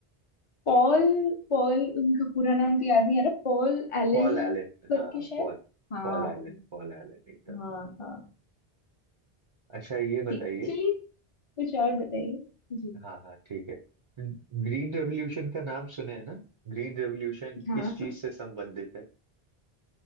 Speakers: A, on the left (about 40°); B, on the right (about 40°).
A: पॉल पॉल उनका पूरा नाम तो याद नहीं आ रहा पॉल एलन
B: पॉल एलन
A: करके
B: हाँ हाँ
A: शायद
B: Paul
A: हाँ
B: Paul Allen Paul Allen एकदम
A: हाँ हाँ
B: अच्छा ये
A: ठीक
B: बताइए
A: चलिए कुछ और बताइए जी
B: हाँ हाँ ठीक है ग्रीन रेवोल्यूशन का नाम सुने हैं ना ग्रीन रेवोल्यूशन
A: हाँ
B: किस चीज से संबंधित है